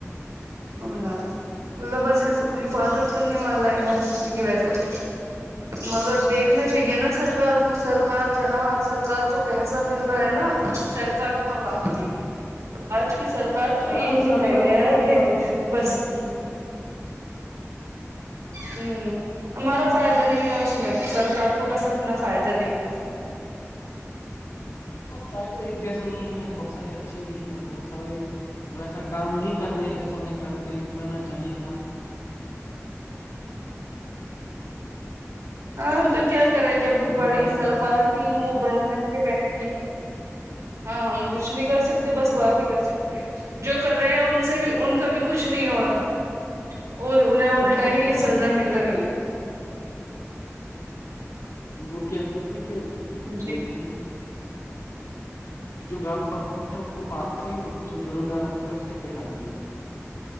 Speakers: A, on the right; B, on the left.
A: الہ اللہ بس یہ حفاظت کرنے والا ہے ہر کسی کی ویسج مگر دیکھنا چاہیے نا سرکار کو سرکار جہاں سرکار کو پیسہ مل رہا ہے نا سرکار وہاں واقتی آج کی سرکار تو یہی
B: ہاں سرکار
A: رہ گیا
B: تو ہمارے
A: ہے کہ
B: فائدے کے لیے
A: بس
B: بھی تھی
A: ہوں ہمارا فائدہ نہیں ہے اس میں سرکار کو بس اپنا فائدہ دکھتا ہے
B: اب سا تو ایک جیسا نہیں ہے بہت سارے اچھے بھی ہیں بہت سارے ویسا کام نہیں کر رہے ہیں جیسا انہیں کرنے کرنا چاہیے تھا
A: ہاں تو کیا کریں جب
B: چلو ہم
A: بڑی
B: کیا ہی
A: سرکار
B: کہہ سکتے
A: ہی
B: ہیں
A: بن کر بیٹھی ہے ہاں ہم کچھ نہیں کر سکتے بس بات ہی کر سکتے جو کر رہے ہیں ان سے بھی ان کا بھی کچھ نہیں ہو رہا اور انہیں الٹا
B: کہاں
A: ہی
B: ہو رہا
A: سزا
B: ہے وہ تو
A: مل رہی ہے
B: وہ کہتے ہیں کیا
A: جی
B: بولتے ہیں جو گا ہوا ہے اس فارسی اور جو جرم گا رہا ہوا ہے اسی